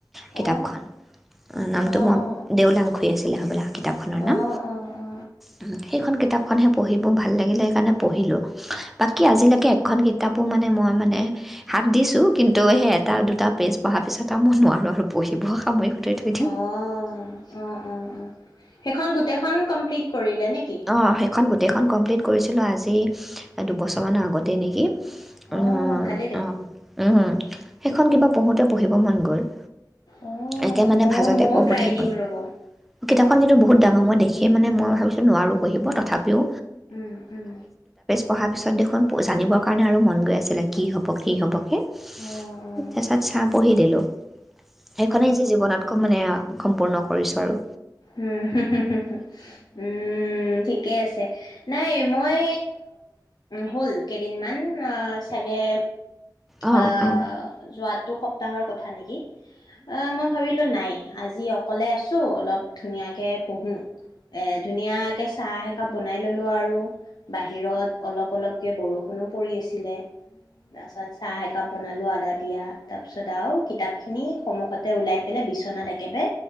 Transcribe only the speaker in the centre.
কিতাপখন
নামটো
মই
দেওলাং খুৰি আছিলে হ'বলৈা কিতাপখনৰ
নাম
উ সেইখন কে কিতাপখনহে পঢ়িবোৰ ভালাগিলে সেইকাৰণে পঢ়িলোঁ বাকী আজিলৈকে এখন কিতাপ াপো মানে মই মানে হাত দিছো কিন্তু সেই এটা দুটা পেজ পঢ়াৰ পিছত আৰু মই নোৱাৰো আৰু পঢ়িবও সামৰি সুতৰি থৈ দিওঁ
অঁ সেইখন গোটেইখন কমপ্লিট কৰিছিলোঁ আজি দুবছৰমানৰ আগত তেনেকৈ
উম
অ উম সেইখন কিবা পঢ়োঁতে পঢ়িব মন গ'ল
একে মানে
ভাজতে
পঢ়োঁতে
কিতাপখন কিন্তু বহুত ডাঙ মই দেখিয় মানে মই ভাবো নোৱাৰোঁঢ়িব তথাপি ব
পঢ়াৰ পিছত দেখোন জানিবৰ কাৰণে আৰু মন গৈ আছিলে কি হ'ব কি হ'ব সেই তাৰিছত
চাহ পঢ়ি দিলো সেইখনেই যে জীৱনতকো মানে সম্পূৰ্ণ কৰিছোঁ আৰু
অঁ
অঁ